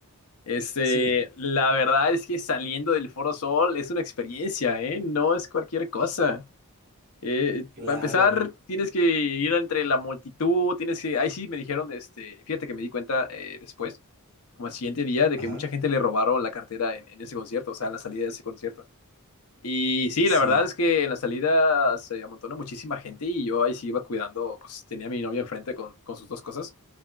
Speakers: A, on the left; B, on the right.
A: Este,
B: Sí,
A: la verdad es que saliendo del Foro Sol es una experiencia, ¿eh? No es cualquier cosa. Eh,
B: claro.
A: para empezar, tienes que ir entre la multitud, tienes que... Ahí sí me dijeron, este, fíjate que me di cuenta eh, después, como al siguiente día, de que
B: Ajá,
A: mucha gente le robaron la cartera en, en ese concierto, o sea, en la salida de ese concierto. Y sí,
B: sí,
A: la verdad es que en la salida se amontona muchísima gente y yo ahí sí iba cuidando, pues tenía a mi novia enfrente con, con sus dos cosas